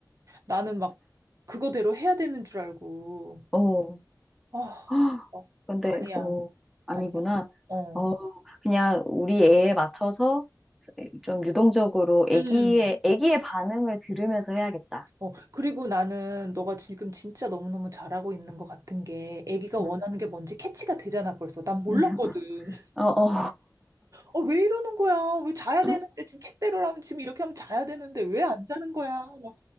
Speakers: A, on the right; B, in the centre.
A: 나는 막 그거대로 해야 되는 줄 알고.
B: 어,
A: 아,
B: <gasps>
A: 어,
B: 근데,
A: 아니야.
B: 어, 아니구나.
A: 아니야. 어.
B: 어, 그냥 우리 애에 맞춰서 좀 유동적으로 애기의,
A: 음.
B: 애기의 반응을 들으면서 해야겠다.
A: 어, 그리고 나는 너가 지금 진짜 너무너무 잘하고 있는 것 같은 게 아기가 원하는
B: 음.
A: 게 뭔지 캐치가 되잖아 벌써. 난 몰랐거든.
B: <laughs>
A: <laughs>
B: 어, 어,
A: 어, 왜 이러는 거야? 왜 자야
B: <laughs>
A: 되는데 지금 책대로라면 지금 이렇게 하면 자야 되는데 왜 안 자는 거야? 막